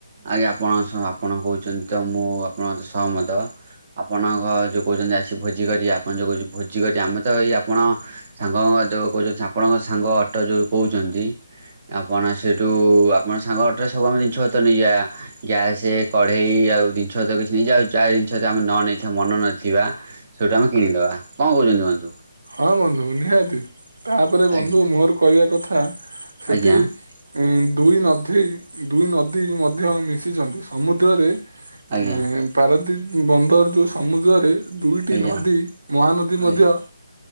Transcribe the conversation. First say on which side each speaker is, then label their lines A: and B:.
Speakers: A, on the right (about 20°); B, on the right (about 80°).
A: ଆଜ୍ଞା ଆପଣ <unintelligible> ଆପଣ କହୁଛନ୍ତି ତ ମୁଁ ଆପଣଙ୍କ ସହମତ ଆପଣଙ୍କ ଯେଉଁ କହୁଛନ୍ତି ଆସି ଭୋଜି କରିଆ ଆପଣ ଯେଉଁ <unintelligible> ଭୋଜି କରିଆ ଆମେ ତ ଇଏ ଆପଣ ସାଙ୍ଗଙ୍କ ଯୋଉ କହୁଛ ଆପଣଙ୍କ ସାଙ୍ଗ ଅଟୋ ଯୋଉ କହୁଛନ୍ତି। ଆପଣ ସେଇଠୁ ଆପଣ ସାଙ୍ଗ ଅ ଅଟରେ ସବୁ ଆମେ ଜିନିଷପତ୍ର ନେଇଯିବା। ଗ୍ୟାସେ କଡେଇ ଆଉ ଜିନିଷପତ୍ର କିଛି ନେଇଯିବା ଆଉ ଯାହା ଜିନିଷ ଯଦି ଆମେ ନ ମନ ଇଛା ମନ ନଥିବା ସେଇଠୁ ଆମେ କିଣିଦେବା କଣ କହୁଛନ୍ତି କୁହନ୍ତୁ।
B: ହଁ ବନ୍ଧୁ ନିହାତି ତାପରେ ବନ୍ଧୁ
A: ଆଜ୍ଞା
B: ମୋର କହିବା କଥା ସେଠି
A: ଆଜ୍ଞା
B: ଉଁ। ଦୁଇ ନଧୀ ଦୁଇ ନଦୀ ମଧ୍ୟ ମିଶିଛନ୍ତି ସମୁଦ୍ରରେ।
A: ଆଜ୍ଞା
B: ଏ ପାରଦୀପ ବନ୍ଦର ଯୋଉ ସମୁଦ୍ରରେ। ଦୁଇଟି
A: ଆଜ୍ଞା
B: ନଦୀ ମହାନଦୀ ଉଁ ମଧ୍ୟ
A: ଆଜ୍ଞା